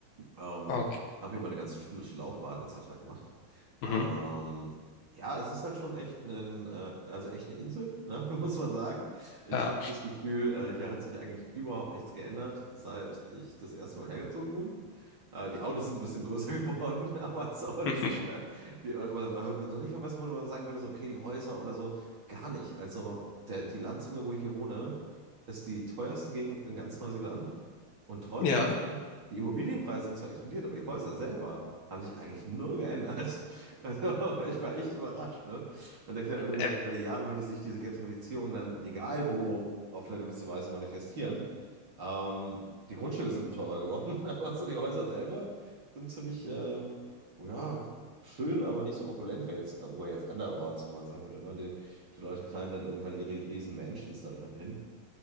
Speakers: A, on the right (about 40°); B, on the left (about 75°).
A: Ähm,
B: Okay.
A: habe hier meine ganze schulische Laufbahn etc. gemacht. Ähm,
B: Mhm.
A: ja, es ist halt schon echt ein, äh, also echt eine Insel, ne, <laughs> muss man sagen. Ich
B: Ja.
A: habe das Gefühl, äh, hier hat sich eigentlich überhaupt nichts geändert, seit ich das erste Mal hergezogen bin. Äh, die Autos sind ein bisschen größer <laughs> geworden, aber sonst,
B: <laughs>
A: äh, die, aber wenn du nicht mal weißt, wo man sagen würde, so, okay, die Häuser oder so, gar nicht. Also der, die Landzunge, wo ich hier wohne, ist die teuerste Gegend in ganz Neuseeland. Und trotzdem
B: Ja.
A: die Immobilienpreise sind zwar explodiert, aber die Häuser selber haben sich eigentlich null geändert. Also <laughs> ich war echt überrascht, ne? Man denkt ja irgendwie
B: Äh,
A: so, über die Jahre würde sich diese Gentrifizierung dann, egal wo, auf eine gewisse Weise manifestieren. Ähm, die Grundstücke sind nur teurer geworden, <laughs> aber so die Häuser selber sind ziemlich, ähm, oh ja, schön, aber nicht so opulent wie jetzt, wo jetzt anderorts, wo man sagen würde, ne? Die, die Leute knallen dann irgendwann ihre riesen Mansions da hin.